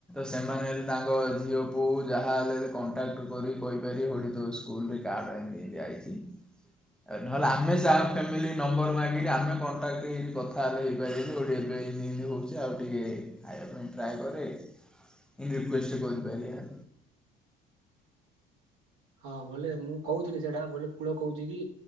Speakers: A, in the centre; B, on the right.
A: ସେମାନେ ତାଙ୍କ ଝିଅ ପୁଅକୁ ଯାହାହେଲେ କଣ୍ଟାକ୍ଟ କରିିକି କହିପାରିବେ କଉଠି ତୁ ସ୍କୁଲରେ କାର୍ଡ଼ ଆଣିକି ଆଜି ଆଇଛି ଆ ନହେଲେ ଆମେ ସ ଫ୍ୟାମିଲି ନମ୍ବର ମାଗିକି ଆମେ କଣ୍ଟାକ୍ଟ ହେଇକି କଥା ହେଲେ ହେଇପାରିବୁ ଏବେ ଏମିତି ଏମିତି ହେଉଛି ଆଉ ଟିକେ ଖାଇବା ପାଇଁ ଟ୍ରାଏ କରେ। ରିକୁଏଷ୍ଟ କରି ପାରିଆ।
B: ହଁ ବୋଲେ ମୁଁ କହୁଥିଲି ସେଇଟା ବୋଲେ କୂଳ କହୁଛି କି